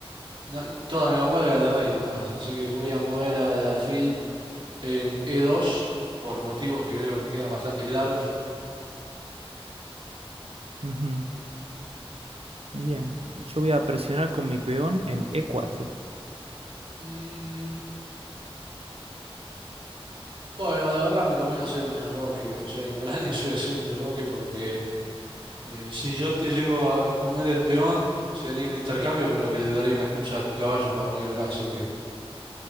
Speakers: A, on the right; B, on the right.
A: no, toda mi vanguardia era de reina más, así que voy a mover al alfil en E2 por motivos que creo que quedan bastante claros.
B: Ujú, Bien, yo voy a presionar con mi peón en e cuatro.
A: Mm, Bueno, la verdad me conviene hacer un enroque, o sea, ignorar <laughs> eso y hacer un enroque porque eh, si yo te llego a comer el peón, sería un intercambio, pero que le daría una excusa a tu caballo para venir acá, así que...